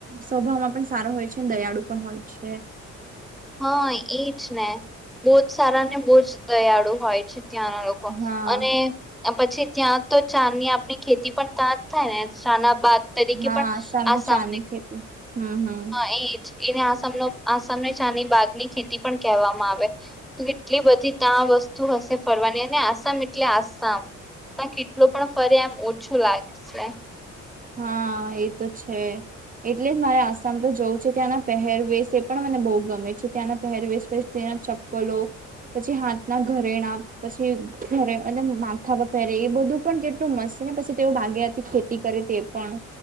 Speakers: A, on the right; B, in the centre.
A: સ્વભાવમાં પણ સારા હોય છે, ને દયાળુ પણ હોય છે.
B: હા એજ ને બહુ જ સારા ને બહુ જ દયાળુ હોય છે ત્યાંના લોકો.
A: હા
B: અને પછી ત્યાં તો ચા ની આપણી ખેતી પણ ત્યાં જ થાય ને, ચા ના બાગ તરીકે
A: હા
B: પણ
A: આસામે
B: આસામ
A: ચાની
B: <unintelligible>
A: ખેતી હમ હમ
B: હા ઈ જ. એને આસામનો <unintelligible> ચાની બાગ ની ખેતી પણ કહેવામાં આવે, તો કેટલી બધી તા વસ્તુ હશે ફરવાની. અને આ સામ એટલે આસામ. તા કેટલો પણ ફરી એમ ઓછું લાગશે.
A: હા એ તો છે. એટલે જ મારે આસામ તો જવું છે, ત્યાંના પહેરવેશ એ પણ મને બહું ગમે છે. ત્યાંના પહેરવેશ <unintelligible> ના ચપ્પલો, પછી હાથના ઘરેણા, પછી ઘરે અને માથામાં પહેરે એ બધું પણ કેટલું મસ છે ને પછી તેઓ બાગાયતી ખેતી કરે તે પણ.